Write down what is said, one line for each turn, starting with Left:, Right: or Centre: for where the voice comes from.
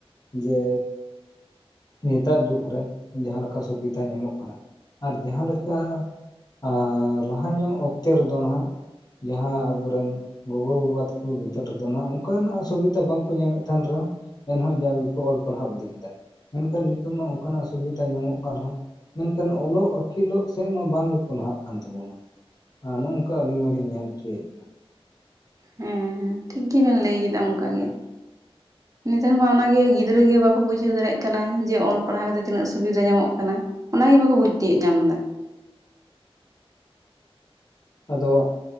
Left: ᱡᱮ ᱱᱤᱛᱟᱜ ᱡᱩᱜᱽᱨᱮ ᱡᱟᱦᱟᱸ ᱞᱮᱠᱟ ᱥᱩᱵᱤᱛᱟ ᱧᱟᱢᱚᱜ ᱠᱟᱱᱟ ᱟᱨ ᱡᱟᱦᱟᱸ ᱞᱮᱠᱟ ᱟᱨ ᱞᱟᱦᱟ ᱧᱚᱜ ᱚᱠᱛᱮ ᱨᱮᱫᱚ ᱱᱟᱦᱜ᱾ ᱡᱟᱦᱟᱸ ᱟᱵᱚᱨᱮᱱ᱾ ᱜᱚᱜᱚ ᱵᱟᱵᱟ ᱛᱟᱠᱚ ᱵᱤᱫᱟᱹᱞ ᱨᱮᱫᱚ ᱢᱟ ᱚᱱᱠᱟᱱᱟᱜ ᱥᱩᱵᱤᱛᱟ ᱵᱟᱝᱠᱚ ᱧᱟᱢᱮᱫ ᱛᱟᱦᱮᱱ ᱨᱮᱦᱚᱸ᱾ ᱮᱱᱦᱚᱸ ᱡᱟᱣᱜᱮᱠᱚ ᱚᱞ ᱯᱟᱲᱦᱟᱣ ᱤᱫᱤ ᱠᱮᱫᱟ ᱢᱮᱱᱠᱷᱟᱱ ᱱᱤᱛᱚᱜ ᱢᱟ ᱚᱱᱠᱟᱱᱟᱜ ᱥᱩᱵᱤᱛᱟ ᱧᱟᱢᱚᱜ ᱠᱟᱱ ᱨᱮᱦᱚᱸ᱾ ᱢᱮᱱᱠᱷᱟᱱ ᱚᱞᱚᱜ ᱟᱹᱠᱤᱞᱚᱜ ᱥᱮᱫ ᱢᱟ ᱵᱟᱝ ᱜᱮᱠᱚ ᱞᱟᱦᱟᱜ ᱠᱟᱱ ᱛᱟᱵᱚᱱᱟ <unintelligible> ᱱᱚᱠ᱾ ᱚᱱᱠᱟ ᱟᱹᱞᱤᱧ ᱢᱟᱞᱤᱧ ᱧᱮᱞ ᱚᱪᱚᱭᱮᱫ ᱠᱟᱱᱟ᱾
Right: ᱦᱮᱸ ᱦᱮᱸ ᱴᱷᱤᱠ ᱜᱮᱵᱮᱱ ᱞᱟᱹᱭ ᱠᱮᱫᱟ ᱚᱱᱠᱟ ᱜᱮ᱾ ᱱᱮᱛᱟᱨ ᱢᱟ ᱚᱱᱟᱜᱮ ᱜᱤᱫᱽᱨᱟᱹ ᱜᱮ ᱵᱟᱠᱚ ᱵᱩᱡᱷᱟᱹᱣ ᱫᱟᱲᱮᱭᱟᱜ ᱠᱟᱱᱟ ᱡᱮ ᱚᱞ ᱯᱟᱲᱦᱟᱣ ᱠᱟᱛᱮ ᱛᱤᱱᱟᱹᱜ ᱥᱩᱵᱤᱫᱟ ᱧᱟᱢᱚᱜ ᱠᱟᱱᱟ᱾ ᱚᱱᱟᱜᱮ ᱵᱟᱠᱳ ᱵᱩᱡᱽ ᱛᱤᱭᱳᱜ ᱧᱟᱢ
Left: ᱟᱫᱚ